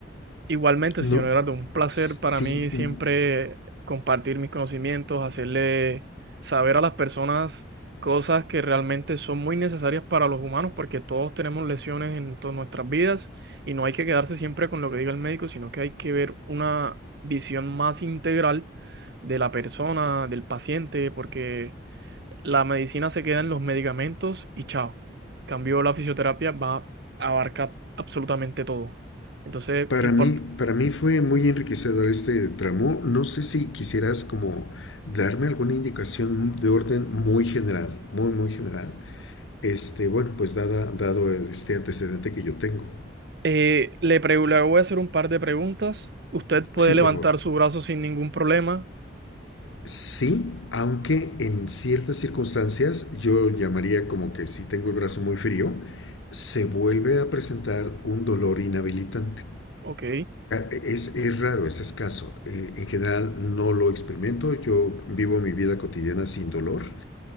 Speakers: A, on the right (about 60°); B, on the left (about 85°).
A: Igualmente,
B: No,
A: señor Gerardo, un placer
B: s-
A: para
B: sí,
A: mí siempre
B: mm,
A: compartir mis conocimientos, hacerle saber a las personas cosas que realmente son muy necesarias para los humanos, porque todos tenemos lesiones en todas nuestras vidas y no hay que quedarse siempre con lo que diga el médico, sino que hay que ver una visión más integral de la persona, del paciente, porque la medicina se queda en los medicamentos y chao. Cambio la fisioterapia va a abarcar absolutamente todo. Entonces,
B: Para
A: importa
B: mí, para mí fue muy enriquecedor este tramo. No sé si quisieras como darme alguna indicación de orden muy general, muy, muy general. Este, bueno, pues dada- dado este antecedente que yo tengo.
A: Eh, le, pregu- le voy a hacer un par de preguntas. Usted puede
B: Sí,
A: levantar
B: por favor.
A: su brazo sin ningún problema.
B: Sí, aunque en ciertas circunstancias yo llamaría como que si tengo el brazo muy frío, se vuelve a presentar un dolor inhabilitante.
A: Ok,
B: Es, es raro, es escaso. Eh, en general no lo experimento. Yo vivo mi vida cotidiana sin dolor.